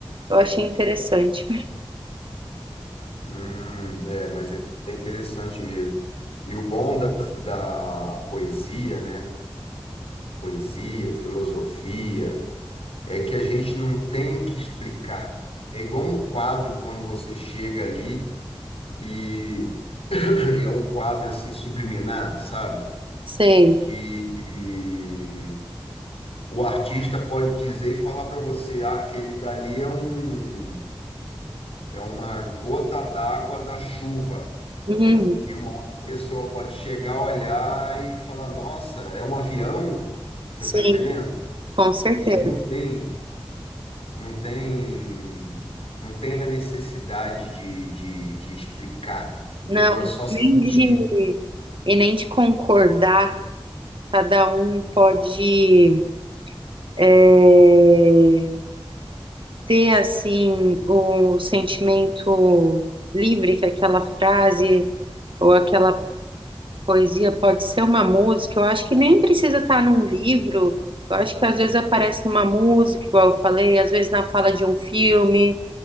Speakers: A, on the right; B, on the left.
A: eu achei interessante.
B: Hum, é, mas é interessante mesmo. E o bom da, da poesia, né? Poesia, filosofia, é que a gente não tem que explicar. É igual um quadro quando você chega ali e, <coughs> <clears throat> e é um quadro assim subliminar, sabe?
A: Sei.
B: Que O artista pode dizer e falar para você, ah, aquele dali é um, é uma gota d'água da chuva.
A: Uhum.
B: E uma outra pessoa pode chegar, olhar e falar, nossa, é um avião. Você
A: Sim,
B: está entendendo?
A: com certeza.
B: E não tem, não tem, não tem a necessidade de, de, de explicar, entendeu?
A: Não,
B: É só sentir.
A: nem de, e nem de concordar Cada um pode eh, ter assim o sentimento livre que aquela frase ou aquela poesia pode ser uma música. Eu acho que nem precisa estar num livro. Eu acho que às vezes aparece numa música, igual eu falei, às vezes na fala de um filme.